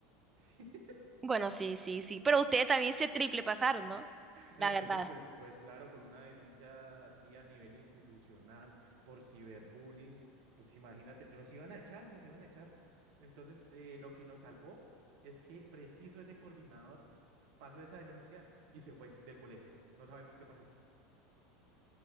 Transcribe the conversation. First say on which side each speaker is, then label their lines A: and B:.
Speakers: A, on the right; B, on the right.
A: <laughs>
B: Bueno, sí, sí, sí. Pero ustedes también se triple pasaron, ¿no?
A: Entonces,
B: La verdad.
A: pues, pues claro, con una denuncia así a nivel institucional por ciberbullying, pues imagínate, nos iban a echar, nos iban a echar. Entonces, eh, lo que nos salvó es que preciso ese coordinador pasó esa denuncia y se fue del colegio. No sabemos qué pasó.